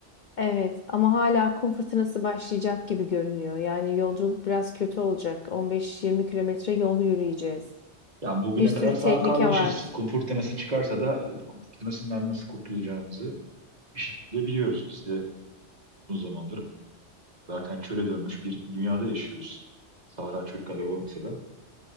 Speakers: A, on the left (about 50°); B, on the right (about 35°).
A: Evet ama hala kum fırtınası başlayacak gibi görünüyor. Yani yolculuk biraz kötü olacak. 15-20 kilometre yol yürüyeceğiz.
B: Yani bugüne
A: Bir sürü
B: kadar sağ
A: tehlike
B: kalmışız.
A: var.
B: Kum fırtınası çıkarsa da kum fırtınasından nasıl kurtulacağımızı bir şekilde biliyoruz. Biz de uzun zamandır zaten çöle dönmüş bir dünyada yaşıyoruz. Sahra çölü kadar olmasa da